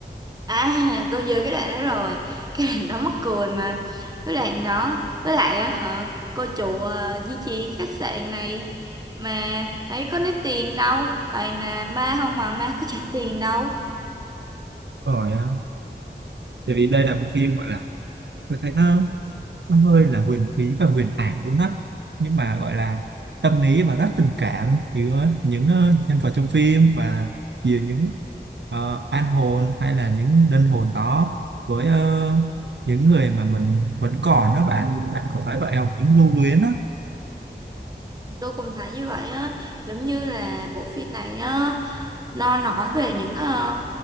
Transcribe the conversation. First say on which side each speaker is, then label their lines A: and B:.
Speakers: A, on the right (about 20°); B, on the right (about 70°).
A: À, <laughs> tôi nhớ cái đoạn đó rồi. Cái đoạn đó mắc cười mà. Cái đoạn đó, với lại á, hả, cô chủ à, duy trì khách sạn này mà thấy có lấy tiền đâu. Toàn là ma không mà ma có trả tiền đâu.
B: rồi ờ, tại vì đây là bộ phim gọi là tôi thấy nó nó hơi là huyền bí và huyền ảo luôn á nhưng mà gọi là tâm lý và rất tình cảm giữa những ờ, nhân vật trong phim và giữa những ờ, an hồn hay là những linh hồn đó với ờ, những người mà mình vẫn còn đó bạn bạn có phải vậy không những lưu luyến đó
A: Tôi cũng thấy như vậy á, giống như là bộ phim này á, nó nói về những ờ,